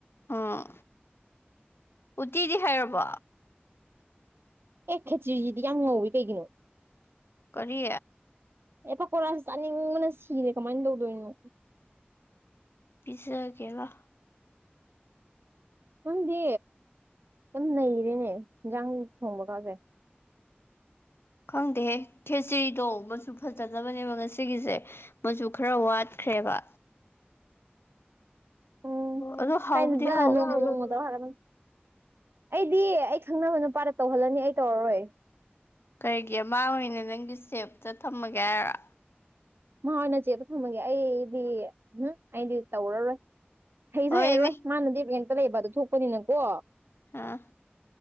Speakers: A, on the left; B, on the right.
A: ꯎꯝ ꯎꯇꯤꯗꯤ ꯍꯩꯔꯕꯣ
B: ꯑꯦ ꯈꯦꯆ꯭ꯔꯤꯁꯤꯗꯤ ꯌꯥꯝ ꯉꯧꯋꯤ ꯀꯩꯒꯤꯅꯣ
A: ꯀꯔꯤ
B: ꯑꯦ ꯄꯀꯣꯔꯥꯁꯤ ꯆꯥꯅꯤꯡꯕꯅ ꯁꯤꯔꯦ ꯀꯃꯥꯏꯅ ꯇꯧꯗꯣꯏꯅꯣ
A: ꯄꯤꯖꯒꯦ ꯔꯣ
B: ꯅꯪꯗꯤ ꯌꯥꯝ ꯅꯩꯔꯦꯅꯦ ꯍꯤꯟꯖꯥꯡ ꯊꯣꯡꯕ ꯀꯥꯖꯦ
A: ꯈꯪꯗꯦꯍꯦ ꯈꯦꯆ꯭ꯔꯤꯗꯣ ꯃꯆꯨ ꯐꯖꯗꯕꯅꯦꯕ ꯉꯁꯤꯒꯤꯁꯦ ꯃꯆꯨ ꯈꯔ ꯋꯥꯠꯈ꯭ꯔꯦꯕ
B: ꯎꯝ
A: ꯑꯗꯣ ꯍꯥꯎꯕꯨꯗꯤ
B: ꯀꯩꯅꯣꯗ
A: ꯍꯥꯎꯕꯅꯦ
B: ꯅꯣꯡꯃ ꯅꯣꯡꯃ ꯇꯧꯔ ꯍꯩꯔꯛꯀꯗꯕꯅꯤ ꯑꯩꯗꯤ ꯑꯩ ꯈꯪꯅꯕ ꯅꯨꯄꯥꯗ ꯇꯧꯍꯜꯂꯅꯤ ꯑꯩ ꯇꯧꯔꯔꯣꯏ
A: ꯀꯩꯒꯤ ꯃꯥ ꯑꯣꯏꯅ ꯅꯪꯒꯤ ꯁꯦꯞꯇ ꯊꯝꯃꯒꯦ ꯍꯥꯏꯔꯥ
B: ꯃꯥ ꯑꯣꯏꯅ ꯆꯦꯞꯇ ꯊꯝꯃꯒꯦ ꯑꯩꯗꯤ ꯎꯝꯍꯨꯝ ꯑꯩꯗꯤ ꯇꯧꯔꯔꯣꯏ ꯍꯩꯁꯨ
A: ꯍꯣꯏꯅꯦ
B: ꯍꯩꯔꯔꯣꯏ ꯃꯥꯅꯗꯤ ꯔꯦꯟꯇ ꯂꯩꯕꯗꯨ ꯊꯣꯛꯄꯅꯤꯅꯀꯣ
A: ꯑꯥ